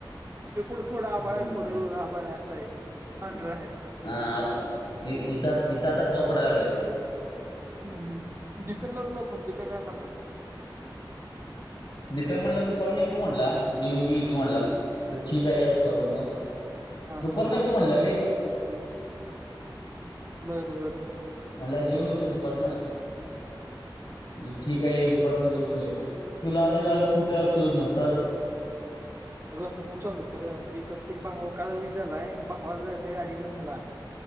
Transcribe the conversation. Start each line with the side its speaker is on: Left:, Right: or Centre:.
Right: तकूड थोडं
Left: हम्म
Right: आबाळ आहे थोड आबाळ आहे असं आहे पांढरा आहे. कुठं ढगाळ
Left: हा
Right: आहे
Left: आता इथ इथं आता पाऊस पडायला लागला त.
Right: हम्म हम् दीप्या ला फोन दिप्या काय म्हटलं?
Left: दिप्या म्हणला दुपार न येतो तू म्हणला जेवन घेऊन येतू म्हणला. म्हणलं ठीक आहे या दुपारन मग.
Right: हा
Left: दुपारनं
Right: हा
Left: येतो म्हणलाय रे.
Right: हम्म बरं बरं
Left: म्हणला जेऊन येतो दुपारनं म्हणल ठीक
Right: हम्म
Left: आहे ये दुपारनं जेऊन ये. तुला आधी लावल्यावर तू काय उचलत नव्हता.
Right: घरचं पण चालू तर ती कस त भाव का झालाय भावाला जायचं गाडी घेऊन हेला.